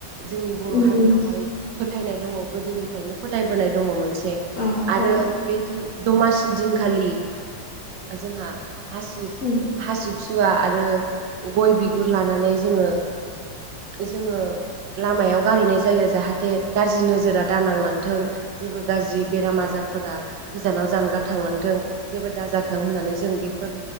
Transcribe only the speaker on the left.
उम
उम
औ
औ
उम